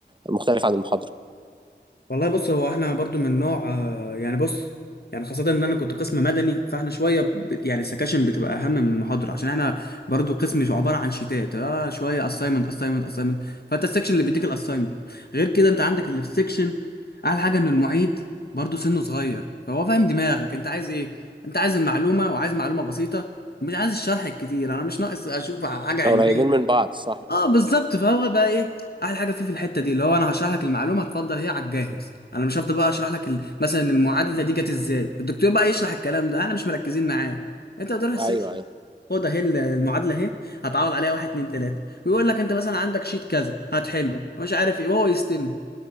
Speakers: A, on the right; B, on the left.
A: مختلف عن المحاضره
B: والله بص هو احنا برضو من نوع آه، يعني بص يعني خاصة ان انا كنت قسم مدني فاحنا شوية ب... يعني السكاشن بتبقى اهم من المحاضرة عشان احنا برضو قسم عبارة عن شيتات اه شوية اساينمنت اساينمنت اساينمنت فانت السكشن اللي بيديك الاساينمنت غير كده انت عندك اللي في السكشن احلى حاجة ان المعيد برضو سنه صغير فهو فاهم دماغك انت عايز ايه انت عايز المعلومة وعايز معلومة بسيطة ومش عايز الشرح الكتير انا مش ناقص اشوف حاجة علمية
A: قريبين من بعض صح
B: اه بالظبط فهو بقى ايه احلى حاجه فيه في الحته دي اللي هو انا هشرح لك المعلومه هتفضل هي على الجاهز انا مش هفضل بقى اشرح لك ال- مثلا المعادله دي جت ازاي الدكتور بقى يشرح الكلام ده احنا مش مركزين معاه انت بتروح السكشن
A: ايوه ايوه
B: خد اهي ال- المعادله اهي هتعوض عليها واحد اتنين تلاته ويقول لك انت مثلا عندك شيت كذا هتحله مش عارف ايه وهو يستلم